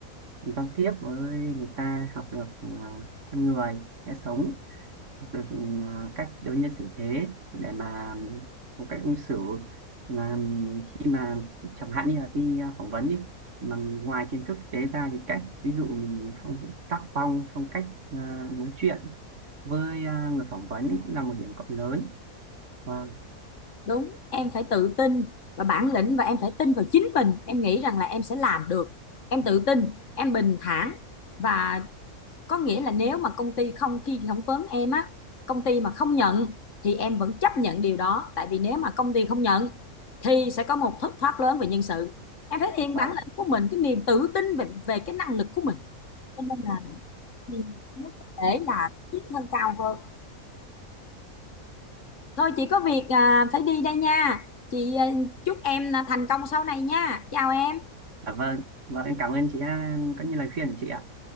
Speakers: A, on the right; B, on the left.
A: giao tiếp với người ta học được ờ, con người sẽ sống học được ừ, à, cách đối nhân xử thế để mà một cách ứng xử mà khi mà chẳng hạn như là đi à, phỏng vấn đi mà ngoài kiến thức tế ra thì cách ví dụ mình phong tác phong phong cách à, nói chuyện với à, người phỏng vấn cũng là một điểm cộng lớn vâng
B: đúng. Em phải tự tin và bản lĩnh và em phải tin vào chính mình. Em nghĩ rằng là em sẽ làm được. Em tự tin, em bình thản và có nghĩa là nếu mà công ty không khi phỏng vấn em á, công ty mà không nhận thì em vẫn chấp nhận điều đó. Tại vì nếu mà công ty không nhận thì sẽ có một thất thoát lớn về nhân sự. Em thể hiện
A: vâng
B: bản lĩnh của mình, cái niềm tự tin về về cái năng lực của mình. Cho nên là thì nó có thể là tiến thân cao hơn. Thôi chị có việc à, phải đi đây nha. Chị à, chúc em là thành công sau này nha. Chào em.
A: à, vâng vâng em cảm ơn chị à, có những lời khuyên của chị ạ